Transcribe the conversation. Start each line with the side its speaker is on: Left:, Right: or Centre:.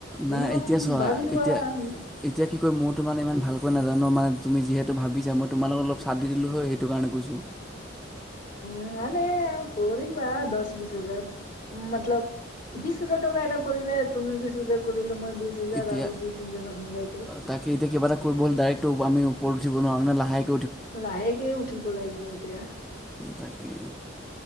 Centre: নাই,
Left: মিনিমাম
Centre: এতিয়া চোৱা,
Left: ভাবি লোৱা
Centre: এতিয়া
Left: উম,
Centre: এতিয়া কি কয় মোৰটো মানে ইমান ভালকৈ না <unintelligible> মানে তুমি যিহেতু ভাৱিছা, মই তোমালোকক অলপ চাথ দি দিলোঁ হয়, সেইটো কাৰণে কৈছোঁ।
Left: উঁ, নাই, নাই কৰিবা দশ-বিশ হাজাৰ মতলব বিশ হাজাৰ টকা এটা কৰিলে, তুমি বিশ হাজাৰ কৰিলে মই বিশ হাজাৰ
Centre: এতিয়া,
Left: আৰু দুই তিনিজনক মিলাইকে
Centre: তাকে এতিয়া কিবা এটা কৰিব হ'লে ডাইৰেক্টটো আমিও ওপৰত উঠিব নোৱাৰোঁ ন, লাহেকে
Left: লাহেকে উঠিব লাগিব এতিয়া।
Centre: তাকে